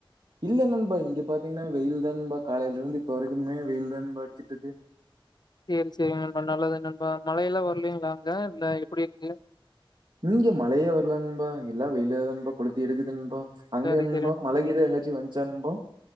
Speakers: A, on the right (about 55°); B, on the left (about 50°).
A: இல்ல நண்பா இங்க பாத்தீங்கன்னா வெயில் தா நண்பா காலையில இருந்து இப்ப வரைக்குமே வெயில் தா நண்பா அடிச்சிட்டு இருக்கு
B: சி எம் சில நண்பா நல்லது நண்பா மழையெல்லா வரலீங்களா அங்க இல்ல எப்டி இருக்கு
A: இங்க மழையே வரல நண்பா எல்லா வெயிலா தா நண்பா கெளுத்தி எடுக்குது நண்பா அங்கே
B: சரி,
A: நண்பா
B: சரி.
A: மழகிலது எதனாச்சி வந்ச்சா நண்பா